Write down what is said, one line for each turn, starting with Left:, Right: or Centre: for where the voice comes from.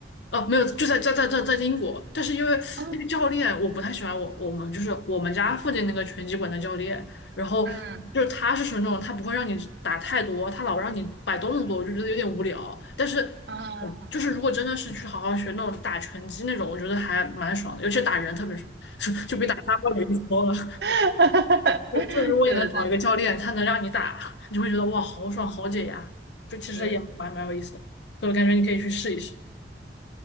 Left: 哦，没有，就在在在在在英国，但是因为那个教练我不太喜欢我我们就是我们家附近那个拳击馆的教练，
Right: 啊，
Left: 然后就是他是属于那种他不会让你打太多，
Right: 嗯
Left: 他老让你摆动作，我就觉得有点无聊。但是嗯就是如果真的是去好好学那种打拳击那种，
Right: 啊，
Left: 我觉得还蛮爽的，尤其打人特别爽，<laughs> 就比打沙包有意思多了。<laughs>
Right: <laughs>
Left: 就就如果你能找一个教练，
Right: 对对对，
Left: 他能让你打，你就会觉得哇好爽好解压，
Right: 嗯
Left: 就其实也蛮蛮有意思的，
Right: 对，
Left: 所以我感觉你可以去试一试。